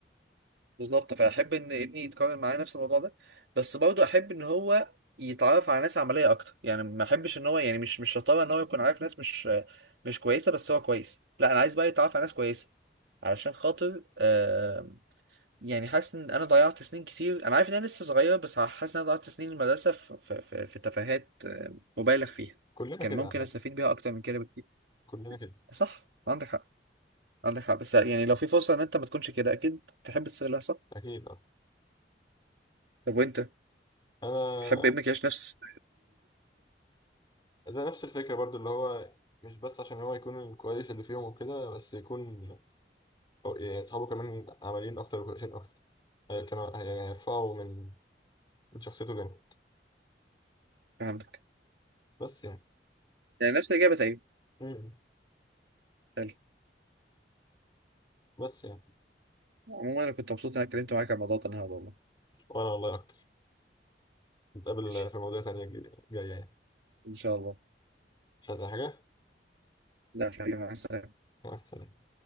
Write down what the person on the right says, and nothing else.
بالظبط فاحب ان ابني يتكرر معايا نفس الموضوع ده بس برضه احب ان هو يتعرف على ناس عمليه اكتر يعني ما احبش ان هو يعني مش مش شطاره ان هو يكون عارف ناس مش مش كويسه بس هو كويس لا انا عايز بقى يتعرف على ناس كويسه علشان خاطر آه، يعني حاسس ان انا ضيعت سنين كتير انا عارف ان انا لسه صغير بس حاسس ان انا ضيعت سنين المدرسه في في في, في تفاهات آه، مبالغ فيها
كان
ممكن
استفيد بيها اكتر من كده بكتير
صح عندك حق عندك حق بس يعني لو في فرصه ان انت ما تكونش كده اكيد تحب تصير لها صح
طب وانت
تحب ابنك يعيش نفس
عندك
يعني نفس الاجابه تقريبا
حلو
عموما انا كنت مبسوط ان انا اتكلمت معاك عن الموضوع ده النهارده والله
ماشي
ان شاء الله
لا حبيبي مع السلامه